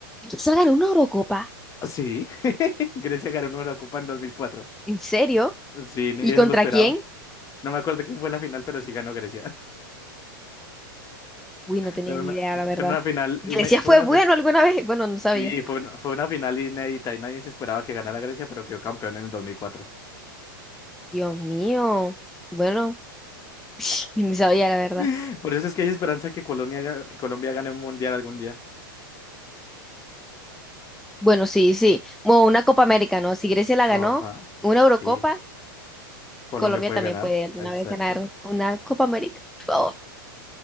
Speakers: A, in the centre; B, on the left.
A: ¿Solo ganó una Eurocopa?
B: Sí. <laughs> Grecia ganó una Eurocopa en 2004.
A: ¿En serio?
B: Sí, nadie
A: ¿Y contra
B: se lo esperaba.
A: quién?
B: No me acuerdo quién fue en la final, pero sí ganó Grecia. <laughs>
A: Uy, no tenía
B: Fue una,
A: ni idea, la verdad.
B: fue una final,
A: ¿Grecia
B: ine- fue
A: fue
B: una,
A: bueno
B: fi-
A: alguna vez? <laughs> Bueno, no sabía.
B: sí, fue una, fue una final inédita y nadie se esperaba que ganara Grecia, pero quedó campeón en el 2004.
A: Dios mío. Bueno, <sniffs> <tsk> ni sabía, la verdad.
B: <laughs> Por eso es que hay esperanza que Colombia, ga- que Colombia gane un mundial algún día.
A: Bueno, sí, sí. Bueno, una Copa América, ¿no? Si Grecia la ganó,
B: Oh, ajá.
A: una Eurocopa,
B: Sí, Colombia
A: Colombia
B: puede
A: también
B: ganar.
A: puede alguna
B: Exacto.
A: vez ganar una Copa América. Por favor.